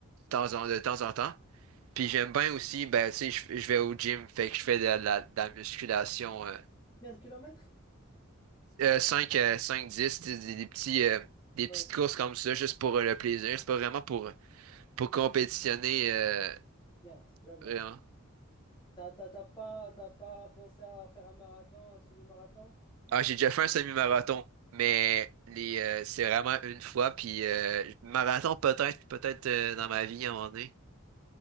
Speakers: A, on the right; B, on the left.
A: temps en- de temps en temps. Puis j'aime bien aussi, ben, tu sais, je, je vais au gym, fait que je fais de la, de la- de la musculation euh,
B: Bien de kilomètres?
A: 5, 5, 10, des, des- des petits, euh, des petites
B: Ouais, c'est
A: courses comme ça, juste pour euh, le plaisir. C'est pas vraiment pour, pour compétitionner, euh,
B: bien, c'est déjà bien.
A: vraiment.
B: T'as t'as- t'as pas, t'as pas pensé à faire un marathon, un semi-marathon?
A: Ah, j'ai déjà fait un semi-marathon, mais les, euh, c'est vraiment une fois, puis euh, marathon peut-être, peut-être euh, dans ma vie à un moment donné.